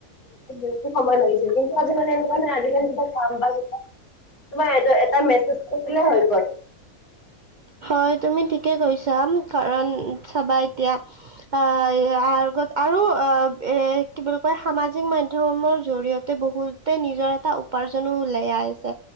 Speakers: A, on the left; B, on the right.
A: বহুতো সময় লাগি কিন্তু আজিকালি এনেকুৱা নাই আজিকালি <unintelligible> <unintelligible> তোমাৰ এটা এটা মেছেজ কৰি দিলে হৈ গ'ল।
B: হয়, তুমি ঠিকে কৈছ যাম কাৰণ চাবা এতিয়া আ, <unintelligible> আৰু এ কি বুলি কয় সামাজিক মাধ্যমৰ জৰিয়তে বহুতে নিজৰ এটা উপাৰ্জনো ওলাই আছে